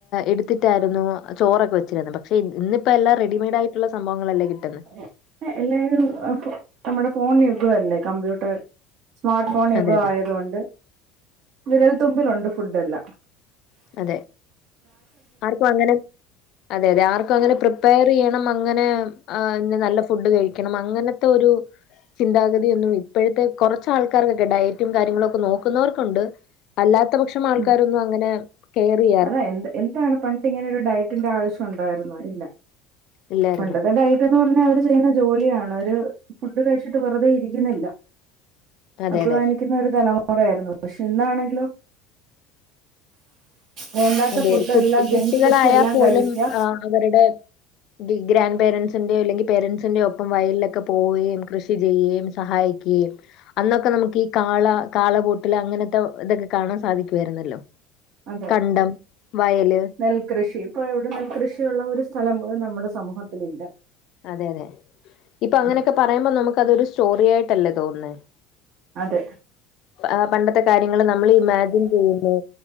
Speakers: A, on the left (about 55°); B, on the right (about 55°).
A: എടുത്തിട്ടയിരുന്നു ചോറൊക്കെ വെച്ചിരുന്നത് ക്ഷെ ഇന്നിപ്പ എല്ലാം റെഡിമെയ്ഡായിട്ടുള്ള സംഭവങ്ങളല്ലേ കിട്ടുന്നെ
B: എ എല്ലാരും അപ്പോ നമ്മുടെ ഫോൺ യുഗം അല്ലേ കമ്പ്യൂട്ടർ സ്മാട്ട് ഫോൺ യുഗം
A: അതെ അതെ
B: ആയത് കൊണ്ട് വിരൽതുമ്പിലുണ്ട് ഫുഡ്ഡെല്ലാം
A: അതെ ആർക്കുഅങ്ങനെ അതെ അതെ ആർക്കു അങ്ങനെ പ്രി പ്പയറെയ്യണം അങ്ങനെ നി നല്ല ഫുഡ് കഴിക്കണം അങ്ങനത്തെ ഒരു ചിന്താഗതി ഒന്നും ഇപ്പഴത്തെ കൊറച്ച് ആൾക്കാർക്ക് ഒക്കെ ഡയറ്റും കാര്യങ്ങളും ഒക്കെ നോക്കുന്നവർക്കുണ്ട് അല്ലാത്ത പക്ഷം ആൾക്കാരൊന്നും
B: ഉം
A: അങ്ങനെ കെയറി
B: അതാ എന്ത് എന്താണ് പണ്ട് ഇങ്ങനൊരു ഡയറ്റിന്റെ ആവശ്യം ഒണ്ടായിരിന്നോ ഇല്ല
A: ഇല്ലായിരുന്നു
B: പണ്ടത് ഡയറ്റ്ന്ന് പറഞ്ഞാ അവര് ചെയ്യുന്ന ജോലിയാണ് അവരു ഫുഡ് കഴിച്ചിട്ട് വെറുതെ ഇരിക്കുന്നില്ല
A: അതെ
B: അധ്വാനിക്കുന്ന
A: അതെ
B: ഒരു തലമുറ ആയിരിന്നു പക്ഷെ ഇന്നാണെങ്കിലോ വേണ്ടാത്ത
A: അതെ
B: ഫുഡ്
A: കുട്ട്
B: എല്ലാം
A: കുട്ടികളായാ
B: ജങ്ക് ഫുഡ്സ് എല്ലാം
A: പോലും
B: കഴിക്കുക
A: ആഹ് അവരുടെ ടിഗ്രാൻഡ് പേരൻസിന്റെ അല്ലെങ്കിൽ പേരൻസിന്റെ ഒപ്പം വയലിലൊക്കെ പോവുകയും കൃഷി ചെയ്യുകേം സഹായി ക്കേം അന്നൊക്കെ നമുക്ക് ഈ കാള കാളപൂട്ടില് അങ്ങനത്തെ ഇതൊക്കെ കാണാൻ സാധിക്കുവായിരുന്നല്ലോ
B: അതെ
A: കണ്ടം വയല്
B: നെൽകൃഷി, ഇപ്പ എവിടെ നെൽകൃഷി ഉള്ള ഒരു സ്ഥലം പോലും നമ്മുടെ സമൂഹത്തിലില്ല
A: അതെ അതെ ഇപ്പൊങ്ങനൊക്കെ
B: ഉം
A: പറയുമ്പോ നമുക്കതൊരു സ്റ്റോറി ആയിട്ടല്ലേ തോന്നുന്നേ
B: അതെ
A: ആ പണ്ടത്തെ കാര്യങ്ങൾ നമ്മള് ഇമാജിൻ ചെയ്യുന്നു,